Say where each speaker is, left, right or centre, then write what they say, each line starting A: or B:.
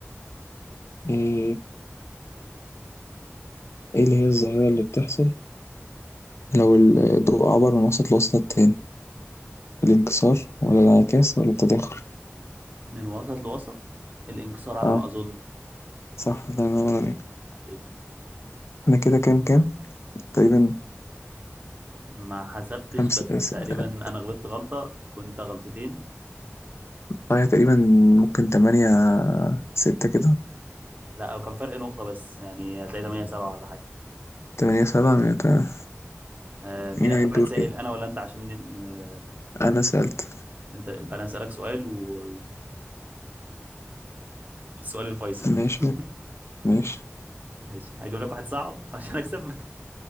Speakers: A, on the left (about 65°); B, on the right (about 35°).
A: إيه إيه اللي هي الظاهرة اللي بتحصل لو الضوء عبر من وسط لوسط التاني الانكسار ولا الانعكاس ولا التداخل
B: من وسط لوسط الانكسار على
A: أه
B: ما اظن
A: صح الله ينور عليك
B: حقيقي
A: أنا كده كام كام تقريبا
B: ما حسبتش
A: خمس
B: بس تقريبا
A: س- أه
B: انا غلطت غلطه وانت غلطتين
A: هي تقريبا ممكن تمانية ستة كده
B: لا او كان فرق نقطه بس يعني هتلاقي 8 7 ولا حاجه
A: تمانية سبعة مين بتاع-
B: آه مين
A: مين
B: اخر
A: هيدور
B: واحد سائل
A: كده
B: انا ولا انت عشان ن- آه
A: أنا سألت
B: انت يبقى انا اسالك سؤال و... والسؤال الفيصل
A: ماشي
B: <laughs>
A: ماشي
B: ماشي هجيب لك واحد صعب عشان اكسب <laughs>